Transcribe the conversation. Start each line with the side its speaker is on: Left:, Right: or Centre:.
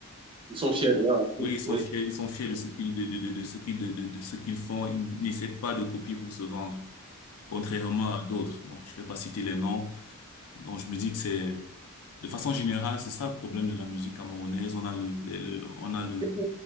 Right: Ils sont fiers de leur racine.
Left: Oui, ils sont
Right: Oui.
Left: fiers, ils sont fiers de ce qu'ils de, de, de, de ce qu'ils de, de, de ce qu'ils font. Ils n'essaient pas de copier pour se vendre, contrairement à d'autres. Bon, je vais pas citer les noms. Donc, je me dis que c'est, de façon générale, c'est ça le problème de la musique camerounaise. On a le, le, le- on a le,
Right: C'est